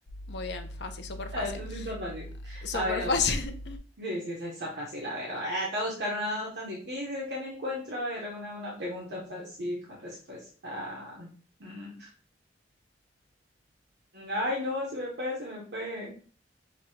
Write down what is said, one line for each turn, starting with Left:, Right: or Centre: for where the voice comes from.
Left: Muy bien, fácil, súper fácil.
Right: Eso sí está fácil.
Left: Súper
Right: A ver.
Left: fácil.
Right: Sí, sí, esa está fácil. A ver, voy a te voy a buscar una tan difícil que no encuentro. A ver, una, una pregunta fácil con respuesta. Mm. Ay, no, se me fue, se me fue.